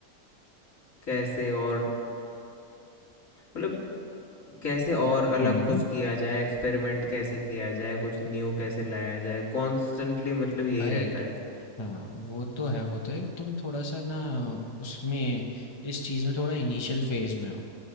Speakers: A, on the left; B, on the left.
A: कैसे और मतलब कैसे और अलग
B: हम्म
A: कुछ किया जाए, एक्सपेरिमेंट कैसे किया जाए, कुछ न्यू कैसे लाया जाए, कॉन्स्टेंटली मतलब यही
B: भाई
A: रहता है।
B: हाँ वो तो है वो तो है तुम थोड़ा सा ना उसमें इस चीज़ में थोड़ा इनिशियल फेज में हो